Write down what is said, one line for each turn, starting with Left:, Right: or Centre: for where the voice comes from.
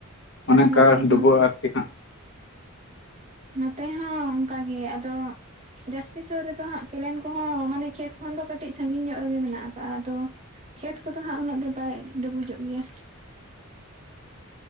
Left: ᱚᱱᱮ
Right: ᱦᱮᱸ
Left: ᱚᱱᱠᱟ
Right: ᱱᱚᱛᱮ
Left: ᱰᱩᱵᱟᱹᱜᱼᱟ
Right: ᱦᱚᱸ᱾
Left: ᱟᱨᱠᱤ <inaudible>
Right: ᱱᱚᱛᱮ ᱦᱚᱸ ᱚᱱᱠᱟᱜᱮ ᱟᱫᱚ᱾ ᱡᱟᱹᱥᱛᱤ ᱥᱩᱨ ᱨᱮᱫᱚ ᱦᱟᱸᱜ ᱠᱮᱞᱮᱱ ᱠᱚᱦᱚᱸ ᱢᱟᱱᱮ ᱠᱷᱮᱛ ᱠᱷᱚᱱ ᱫᱚ ᱠᱟᱹᱴᱤᱡ ᱥᱟᱹᱜᱤᱧ ᱧᱚᱜ ᱨᱮᱜᱮ ᱢᱮᱱᱟᱜ ᱠᱟᱜ-ᱟ ᱟᱫᱚ᱾ ᱠᱷᱮᱛ ᱠᱚᱫᱚ ᱦᱟᱸᱜ ᱩᱱᱟᱹᱜ ᱫᱚ ᱵᱟᱭ ᱰᱩᱵᱩᱡᱚᱜ ᱜᱮᱭᱟ᱾